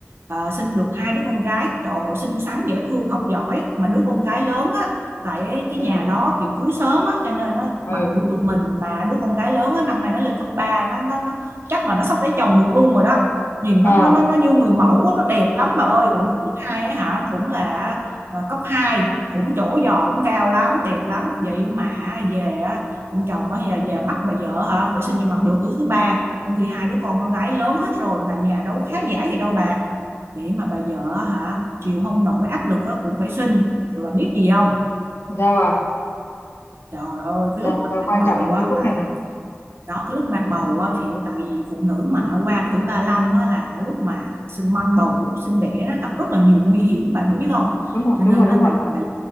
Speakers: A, on the right; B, on the left.
A: à, sinh được hai đứa con gái trời ơi, xinh xắn dễ thương học giỏi mà đứa con gái lớn á tại cái
B: ừ
A: nhà đó kiểu cưới sớm á cho nên nó
B: ừ
A: bằng tuổi tụi mình mà đứa con gái lớn á năm nay nó lên cấp ba nó, nó, nó chắc là nó sắp lấy chồng được luôn rồi đó nhìn nó
B: à
A: nó nó, nó như người mẫu á, nó đẹp lắm bà ơi còn đứa thứ hai á hả cũng là à, cấp hai cũng trổ giò cũng cao lắm đẹp lắm vậy mà về á ông chồng á về, về bắt bà vợ hả phải sinh cho bằng được đứa thứ ba trong khi hai đứa con con gái lớn hết rồi mà nhà đâu có khá giả gì đâu bà nghĩ mà bà vợ hả chịu không nổi áp lực á cũng phải sinh rồi bà biết gì không
B: sao à
A: trời ơi cái
B: sao,
A: lúc mà
B: sao quan trọng
A: mang bầu
B: là
A: á
B: cái khúc
A: tại
B: này nè
A: đó cái lúc mang bầu á thì tại vì phụ nữ mà qua cái tuổi ba lăm á là lúc mà sinh mang bầu lúc sinh đẻ nó gặp rất là nhiều nguy hiểm bạn biết không
B: đúng rồi
A: cho
B: đúng
A: nên
B: rồi đúng
A: á
B: rồi
A: bà,
B: đúng rồi
A: bà